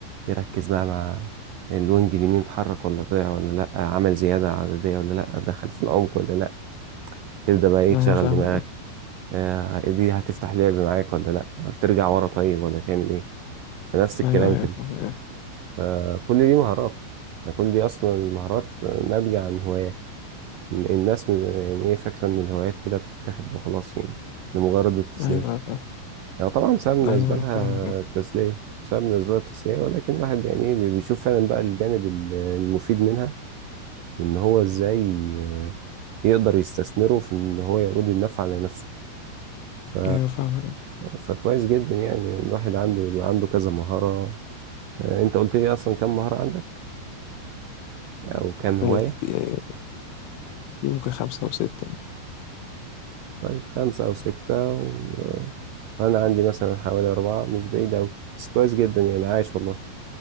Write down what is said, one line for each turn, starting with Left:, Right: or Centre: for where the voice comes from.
Right: يركز بقى مع الوينج اليمين اتحرك ولا طلع ولا لأ عمل زيادة عددية ولا لأ دخل في العمق ولا لأ تبدأ بقى ايه
Left: أيوة
Right: تشغل
Left: فاهمك
Right: دماغك
Left: أنا.
Right: آه دي هتفتح لعب معاك ولا لأ ولا ترجع ورا طيب ولا تعمل ايه فنفس الكلام
Left: أيوة أيوة
Right: كده
Left: فاهمك أنا.
Right: فكل دي مهارات يعني كل دي أصلا مهارات ناتجة عن هوايات الناس يعني ايه فاكرة إن الهوايات كده بتتاخد وخلاص يعني لمجرد التسلية
Left: أيوة أيوة فاهم
Right: يعني طبعا سبب من
Left: أيوة
Right: أسبابها
Left: أيوة فاهمك أنا.
Right: التسلية سبب من أسباب التسلية ولكن الواحد يعني إيه بي- بيشوف فعلا بقى الجانب ال- المفيد منها إن هو إزاي آه، يقدر يستثمره في إن هو يعود النفع على نفسه ف...
Left: أيوة فاهمك أنا.
Right: فكويس جدا يعني الواحد عنده عنده كذا مهارة آه، أنت قلت لي أصلا كم مهارة عندك أو كم هواية
Left: هي كتير- هي ممكن خمسة أو ستة
Right: طيب خمسة أو ستة و... آه، أنا عندي مثلا حوالي أربعة مش بعيد أوي بس كويس جدا يعني عايش والله